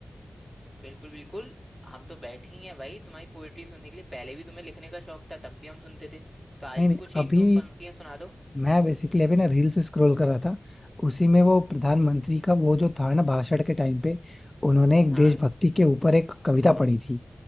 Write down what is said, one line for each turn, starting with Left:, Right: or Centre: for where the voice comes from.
Centre: बिल्कुल बिल्कुल हम तो बैठे ही हैं भाई तुम्हारी पोएट्री सुनने के लिए पहले भी तुम्हें लिखने का शौक था तब भी हम सुनते थे तो आज
Left: नहीं
Centre: भी
Left: नहीं
Centre: कुछ एक
Left: अभी
Centre: दो पंक्तियां सुना दो
Left: मैं बेसिकली अभी ना रील्स स्क्रॉल कर रहा था उसी में वो प्रधानमंत्री का वो जो था ना भाषण के टाइम पे उन्होंने एक
Centre: हाँ
Left: देशभक्ति के ऊपर एक कविता पढ़ी थी